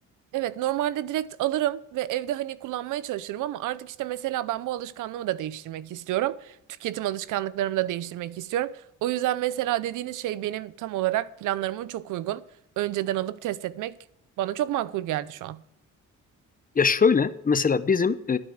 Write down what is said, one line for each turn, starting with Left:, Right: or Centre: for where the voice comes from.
Right: evet normalde direkt alırım ve evde hani kullanmaya çalışırım ama artık işte mesela ben bu alışkanlığımı da değiştirmek istiyorum. Tüketim alışkanlıklarımı da değiştirmek istiyorum. O yüzden mesela dediğiniz şey benim tam olarak planlarıma çok uygun. Önceden alıp test etmek bana çok makul geldi şu an.
Left: Ya şöyle mesela bizim e,